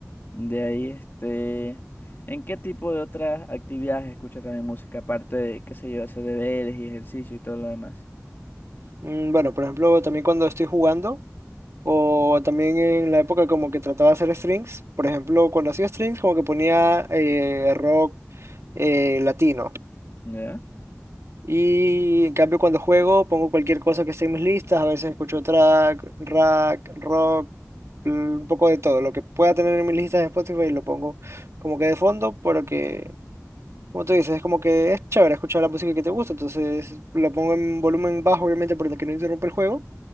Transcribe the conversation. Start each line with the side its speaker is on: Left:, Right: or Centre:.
Left: De ahí, este, ¿en qué tipo de otras actividades escuchas también música? Aparte de, qué sé yo, hacer deberes y ejercicio y todo lo demás.
Right: Mm, bueno, por ejemplo, también cuando estoy jugando, o también en la época como que trataba de hacer strings, por ejemplo, cuando hacía strings como que ponía eh, rock eh, latino.
Left: ¿Ya?
Right: Y en cambio cuando juego pongo cualquier cosa que esté en mis listas, a veces escucho track, rack, rock, l- un poco de todo, lo que pueda tener en mis listas de Spotify lo pongo como que de fondo, porque como tú dices, es como que es chévere escuchar la música que te gusta, entonces lo pongo en volumen bajo obviamente para que no interrumpa el juego,